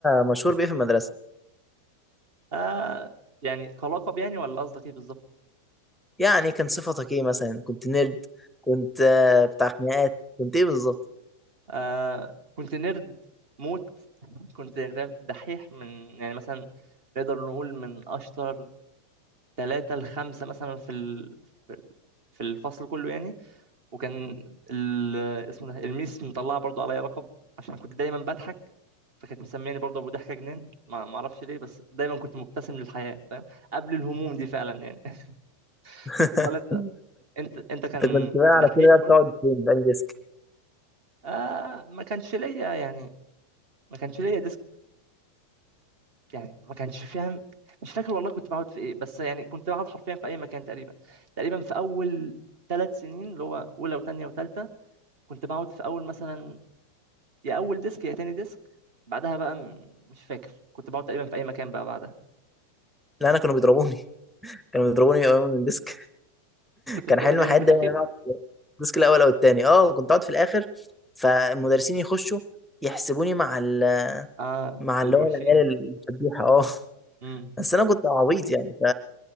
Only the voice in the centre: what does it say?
مشهور بايه في المدرسه
يعني كان صفتك ايه مثلا كنت نيرد كنت آه، بتاع خناقات كنت ايه بالظبط
<laughs>
انت كنت
بقى
على كده بقى بتقعد
فين في أنهي ديسك
لا انا كانوا بيضربوني كانوا بيضربوني يقوموا من الديسك
كان
حلم
حياتي
دايما ان انا اقعد في الديسك الاول او التاني اه كنت اقعد في الاخر فالمدرسين يخشوا يحسبوني مع ال...
مع
اللي هو العيال الفضيحه اه
بس انا كنت عبيط يعني ف